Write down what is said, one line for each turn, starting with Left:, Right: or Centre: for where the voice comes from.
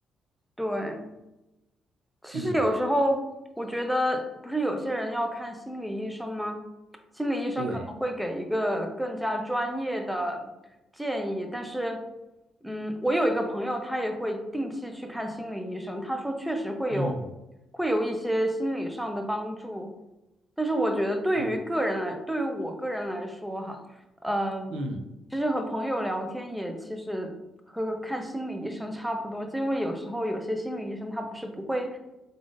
Centre: 对，其实有时候我觉得，
Right: 嗯，
Centre: 不是有些人要看心理医生吗？心理医生可能会给一个更加专业的建议，
Right: 对，
Centre: 但是，嗯，我有一个朋友，他也会定期去看心理医生，他说确实会有
Right: 嗯
Centre: 会有一些心理上的帮助，但是我觉得对于个人来，
Right: 嗯
Centre: 对于我个人来说哈。呃，
Right: 嗯，
Centre: 其实和朋友聊天也其实和看心理医生差不多，就因为有时候有些心理医生他不是不会，